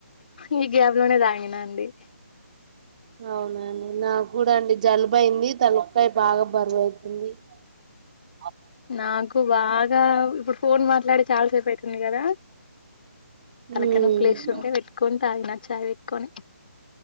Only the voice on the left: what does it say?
ఈ గ్యాప్ లోనే తాగిన అండి.
నాకు బాగా ఇప్పుడు ఫోన్ మాట్లాడి చాలాసేపు అయితుంది కదా. తలకాయ
నొప్పి లేస్తుంటే. పెట్టుకొని తాగిన చాయ్ పెట్టుకొని.